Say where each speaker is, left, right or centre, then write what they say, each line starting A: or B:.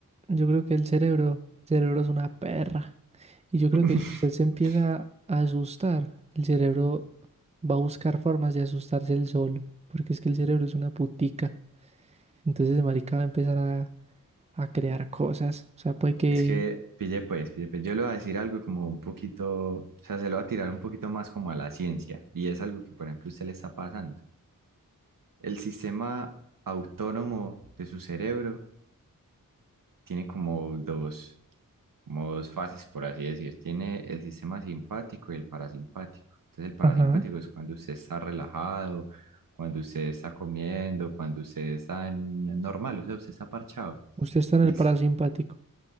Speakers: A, on the right (about 20°); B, on the right (about 70°).
A: yo creo que el cerebro, el cerebro es una perra. Y yo creo
B: <laughs>
A: que si usted se empieza a asustar, el cerebro va a buscar formas de asustarse él solo. Porque es que el cerebro es una putica. Entonces, marica va a empezar a, a crear cosas. O sea, puede que...
B: Es que, pille pues, pille pues, yo le voy a decir algo como un poquito, o sea, se lo voy a tirar un poquito más como a la ciencia, y es algo que, por ejemplo, usted le está pasando. El sistema autónomo de su cerebro tiene como dos, como dos fases, por así decir. Tiene el sistema simpático y el parasimpático. Entonces, el parasimpático
A: Ajá.
B: es cuando usted está relajado, cuando usted está comiendo, cuando usted está en- normal, o sea, usted está parchado.
A: Usted está en
B: Y
A: el
B: el
A: parasimpático.
B: si-